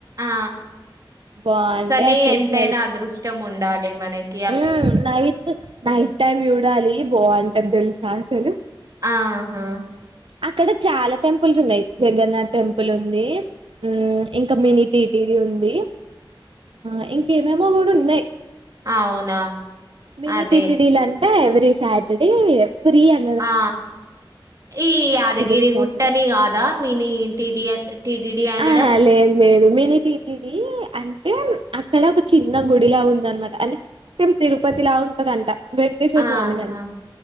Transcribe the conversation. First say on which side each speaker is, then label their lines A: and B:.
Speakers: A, on the right; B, on the right.
A: ఆ
B: బాగుండే
A: కనీ
B: అసలుకి
A: ఎంతైనా అదృష్టం ఉండాలి మనక్
B: ఉమ్ నైట్ నైట్ టైమ్ చూడాలి బాగుంటంది తెలుసా అసలు
A: ఆహా
B: అక్కడ చాలా టెంపుల్స్ ఉన్నాయి జగన్నాథ్ టెంపుల్ ఉంది ఉమ్ ఇంకా మినీ టీటీడి ఉంది ఆ ఇంకేమేమో కూడా ఉన్నయి
A: అవునా
B: మినీ
A: అదే
B: టిటిడీలాంటె ఎవ్రీ సాటర్డే ఫ్రీ అన్
A: ఆ ఈ యాదగిరి
B: ఎవ్రీ సాటర్డే
A: గుుట్టనీ ఆ దా మీని టీడీ టీటిడి అనడం
B: ఆహా లేదు లేదు మనిటీటీడి అంటే అక్కడ ఒక చిన్న గుడిలా ఉందనమాట అంటే సేమ్ తిరుపతిలా ఉంటదంట వెంకటేశ్వర
A: ఆహా
B: స్వామి దని